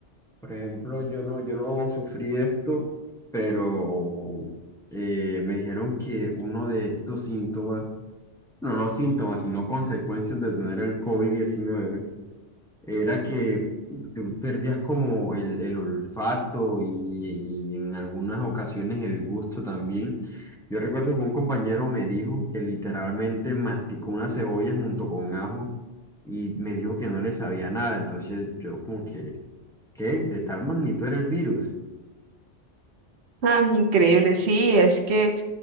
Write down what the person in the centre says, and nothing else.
Por ejemplo, yo no, yo no sufrí esto, pero eh, me dijeron que uno de estos síntomas, no, no síntomas, sino consecuencias de tener el covid diecinueve era que tú perdías como el, el olfato y, y en algunas ocasiones el gusto también. Yo recuerdo que un compañero me dijo que literalmente masticó una cebolla junto con ajo y me dijo que no le sabía nada, entonces yo como que... ¿Qué? ¿De tal magnitud era el virus?